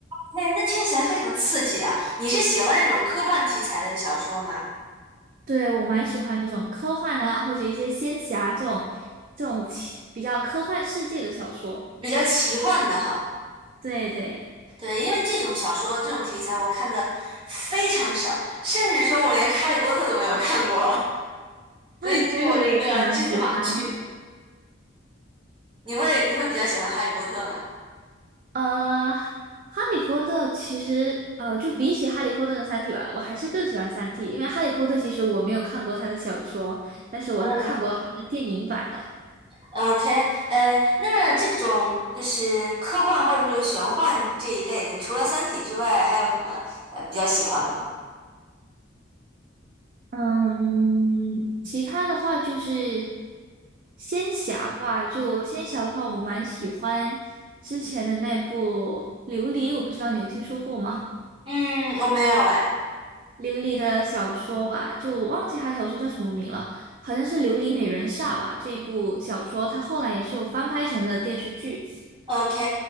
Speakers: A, on the right; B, on the right.
A: 哎，那听起来非常刺激啊！你是喜欢那种科幻题材的小说吗？
B: 对，我蛮喜欢这种科幻啊，或者一些仙侠这种这种奇比较科幻世界的小说。
A: 比较奇幻的哈，
B: 对对，
A: 对，因为这种小说这种题材我看的非常少，甚至说我连《哈利波特》都没有看过，所以这是我的一个知识盲区。
B: 《哈利波特》我也是蛮喜欢。<laughs>
A: 你会你会比较喜欢《哈利波特》吗？
B: 呃，《哈利波特》其实呃，就比起《哈利波特》的《三体》吧，我还是更喜欢《三体》，因为《哈利波特》其实我没有看过他的小说，但是我是看过他的电影版的。
A: 嗯，OK，呃，那这种就是科幻或者是玄幻这一类的，你除了《三体》之外，还有什么呃比较喜欢的吗？
B: 嗯，其他的话就是仙侠吧。就仙侠的话，我蛮喜欢之前的那部《琉璃》，我不知道你有听说过吗？
A: 嗯，我没有哎。
B: 琉璃的小说吧，就我忘记它小说叫什么名了，好像是《琉璃美人煞》吧。这一部小说它后来也是有翻拍成了电视剧，
A: OK，